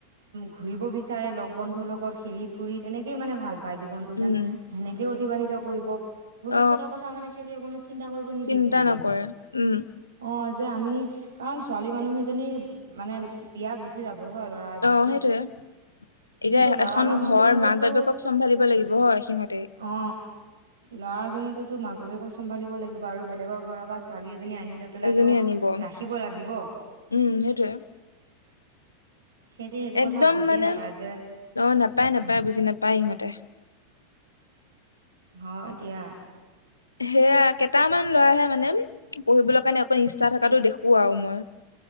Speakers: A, on the right (about 65°); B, on the left (about 80°).
A: ঘূৰিব বিচাৰে, লগ বন্ধুৰ লগত খেলি ফুৰি তেনেকেই মানে ভাল পায় জীৱনটো
B: উম
A: যেন সেনেকেও অতিবাহিত কৰিব ভৱিষ্যতৰ
B: অ
A: কথা মানে সিহতি কোনো চিন্তা কৰিব নিবিচাৰে,
B: চিন্তা নকৰে উম
A: অ। যে আমি কাৰণ ছোৱালী মানুহ এজনী মানে বিয়া গুচি যাব ব লৰা এজনলে,
B: অ সেইটোৱে
A: কিন্তু
B: এতিয়া এ-
A: লৰা
B: এখন
A: মানুহজনোতো
B: ঘৰ মাক বাপেকক চম্ভালিব লাগিব হয় সিহঁতে
A: অ লৰাজনে তো তো মাক বাপাককম্ভালিবাগিব আৰু বেলেগৰ ঘৰৰ পৰা ছোৱালী এজনী আনি লৈ পেলো
B: এজনী
A: তো
B: আনিব
A: ৰাখিব লাগিব
B: উম সেইটোয়ে
A: সিহঁতি সেইটো
B: একদম
A: কথা বুজিয়ে
B: মানে
A: নাপায় যে
B: অ নাপায় নাপায়
A: উম
B: বুজি নাপায় ইিহঁতে
A: হ এতিিয়া
B: সেয়া কেইটামান ল'ৰাহে মানে পঢ়িবলৈ কাৰণে অকণ ইচ্ছা থকাাতটো দেখো আৰু মই